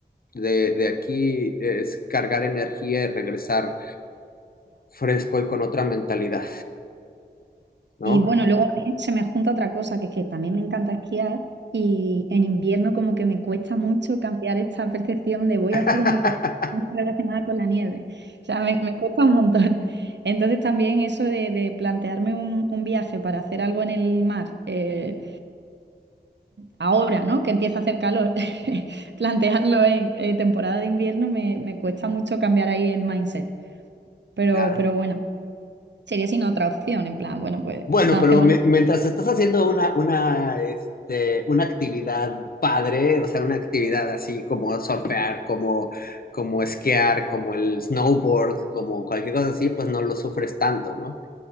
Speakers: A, on the left; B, on the right.
A: de, de aquí es cargar energía y regresar fresco y con otra mentalidad, ¿no?
B: Y bueno, luego a mí se me junta otra cosa, que es que también me encanta esquiar y en invierno como que me cuesta mucho cambiar esta percepción de voy
A: <laughs>
B: a hacer una cosa que no está relacionada con la nieve. O sea, me, me cuesta un montón. <laughs> Entonces también eso de, de plantearme un, un viaje para hacer algo en el mar, eh, ahora, ¿no? Que empieza a hacer calor, <laughs> plantearlo en eh, temporada de invierno me, me cuesta mucho cambiar ahí el mindset. Pero,
A: Claro.
B: pero bueno, sería sin otra opción, en plan, bueno, pues
A: Bueno,
B: no hacemos
A: pero me- mientras estás haciendo una, una, este, una actividad padre, o sea, una actividad así como surfear, como, como esquiar, como el snowboard, como cualquier cosa así, pues no lo sufres tanto, ¿no?